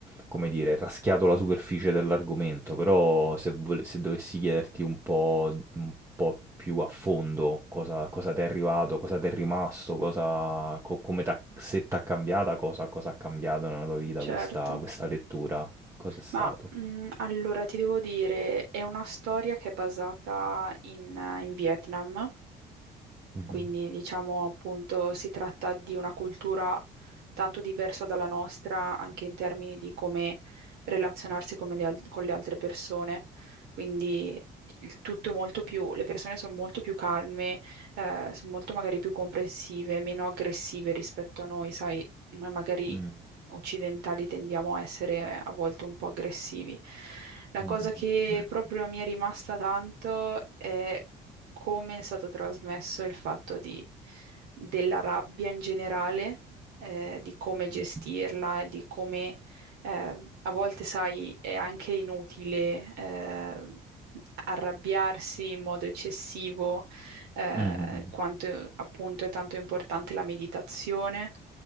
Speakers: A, on the right (about 15°); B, on the right (about 80°).
A: come dire, raschiato la superficie dell'argomento, però se, vole- se dovessi chiederti un po', un po' più a fondo cosa, cosa ti è arrivato, cosa ti è rimasto, cosa, co- come t'ha- se ti ha cambiata, cosa, cosa ha cambiato nella tua vita
B: certo.
A: questa, questa lettura, cosa è stato?
B: Ma mh, allora ti devo dire, è una storia che è basata in in Vietnam
A: Mhm.
B: Quindi, diciamo, appunto, si tratta di una cultura tanto diversa dalla nostra anche in termini di come relazionarsi come le al- con le altre persone. Quindi il tutto è molto più, le persone sono molto più calme, eh, sono molto magari più comprensive, meno aggressive rispetto a noi, sai, noi magari
A: Mm,
B: occidentali tendiamo a essere a volte un po' aggressivi. La
A: mhm,
B: cosa che
A: bene.
B: proprio mi è rimasta tanto è come è stato trasmesso il fatto di- della rabbia in generale, eh, di come gestirla
A: Mm,
B: e di come eh, a volte, sai, è anche inutile eh, arrabbiarsi in modo eccessivo, eh,
A: mhm,
B: quanto appunto è tanto importante la meditazione.